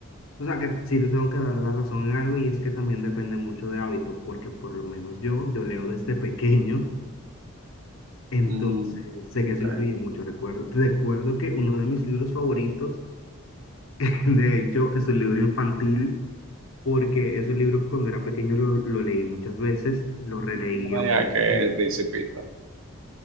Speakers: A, on the left; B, on the right.
A: o sea, que sí te tengo que dar la razón en algo y es que también depende mucho de hábitos, porque por lo menos yo, yo leo desde pequeño, entonces
B: Mm,
A: sé que
B: ok.
A: eso influye mucho. Recuerdo, recuerdo que uno de mis libros favoritos, <laughs> de hecho, es un libro infantil, porque es un libro que cuando era pequeño lo, lo leí muchas veces, lo releía,
B: No me digas
A: porque,
B: que es el Principito,